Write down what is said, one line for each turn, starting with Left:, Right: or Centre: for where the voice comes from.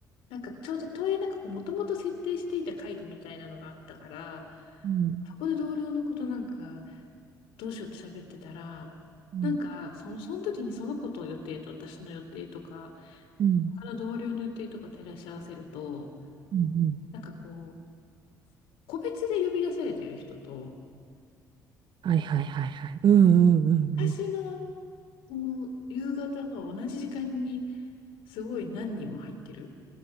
Left: なんかちょうどというなんかこう、もともと設定していた会議みたいなのがあったから、
Right: うん。
Left: そこで同僚のことなんか、どうしようって喋ってたら、
Right: うん。
Left: なんか、その、その時にその子と予定と私の予定とか、
Right: うん。
Left: 他の同僚の予定とか照らし合わせると、
Right: うん。
Left: なんかこう、個別で呼び出されている人と、
Right: はいはいはいはい。うんうんうんうん。
Left: 私のその夕方の同じ時間にすごい何人も入ってる